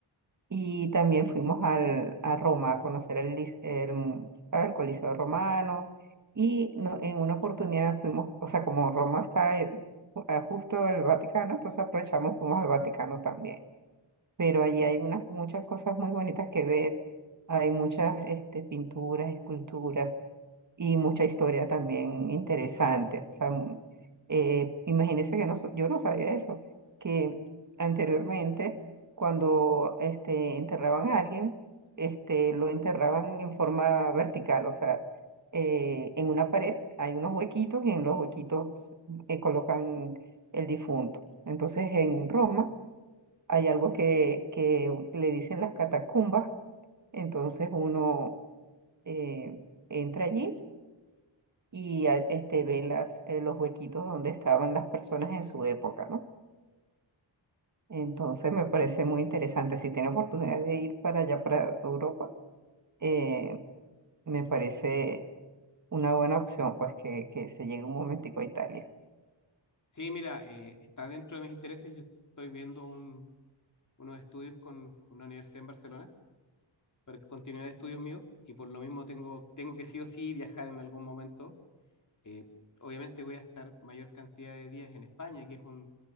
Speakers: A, on the right; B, on the left.
A: y también fuimos al, a Roma a conocer el, lis- el, mu- ¿sabe? el Coliseo Romano. Y no- en una oportunidad fuimos, o sea, como Roma está eh, ju- ah, justo el Vaticano, entonces aprovechamos y fuimos al Vaticano también. Pero allí hay unas, muchas cosas muy bonitas que ver. Hay muchas este, pinturas, esculturas y mucha historia también interesante. O sea, mm, eh, imagínense que no, so- yo no sabía eso, que anteriormente cuando este, enterraban a alguien, este, lo enterraban en forma vertical, o sea, eh, en una pared hay unos huequitos y en los huequitos eh, colocan el difunto. Entonces en Roma hay algo que, que le dicen las catacumbas, entonces uno eh, entra allí y a- este, ve las, eh, los huequitos donde estaban las personas en su época, ¿no? Entonces me parece muy interesante. Si tiene oportunidad de ir para allá, para Europa, eh, me parece una buena opción, pues que, que se llegue un momentico a Italia.
B: Sí, mira, eh, está dentro de mis intereses. Yo estoy viendo un- unos estudios con una universidad en Barcelona para continuidad de estudios míos y por lo mismo tengo, tengo que sí o sí viajar en algún momento. Eh, obviamente voy a estar mayor cantidad de días en España, que es un,